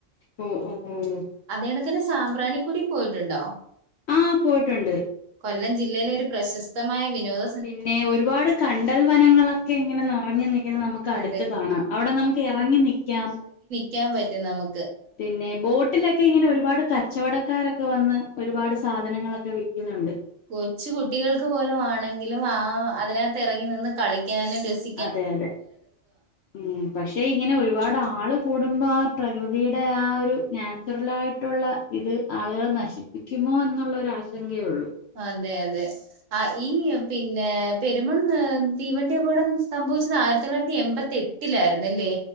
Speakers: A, on the left (about 65°); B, on the right (about 75°).
A: ഉം ഉം ഉം
B: അതേണക്കെണ് സാമ്പ്രാണി കൂടി പോയിട്ടുണ്ടോ
A: ആഹ് പോയിട്ടുണ്ട്
B: കൊല്ലം ജില്ലയിലെ ഒരു പ്രശസ്തമായ വിനോദ
A: പിന്നെ ഒരുപാട് കണ്ടൽവനങ്ങളൊക്കെ ഇങ്ങനെ നേറഞ്ഞു നി ങ്ങനെ നമ്മക്ക് അടുത്ത്
B: അതെ
A: കാണാം, അവടെ നമ്മക്ക് എറങ്ങി നിക്കാം.
B: ക്കാൻ പറ്റും നമു
A: പിന്നെ ബോട്ടിലൊക്കെ ഇങ്ങനെ ഒരുപാട് കച്ചവടക്കാരോ ഒക്കെ വന്ന് ഒരുപാട് സാധനങ്ങളൊക്കെ വിക്കുന്നുണ്ട്.
B: കൊച്ചു കുട്ടികൾക്ക് പോലും ആണെങ്കിലും ആഹ് അതിനകത്ത് ഇറങ്ങി നിന്ന് കളിക്കാനും രസ്
A: അതെ അതെ ഉം പക്ഷെ ഇങ്ങനെ ഒരുപാട് ആള് കൂടുബാ ആ പ്രകൃതിയുടെ ആ ഒരു നാച്ചുറൽ ആയിട്ടുള്ള ഇത് ആളുകളെ നശി ഇക്കുമോ എന്നുള്ളൊരു ആശങ്കയേ ഒള്ളൂ.
B: അതെ അതെ ആ ഈ പിന്നെ പെരുമൺ ഏ തീവണ്ടി അപകടം സംഭവിച്ചത് ആയിരത്തി തൊള്ളായിരത്തി എൺമ്പത്തി എട്ടിലായിരുന്ന് ല്ലേ.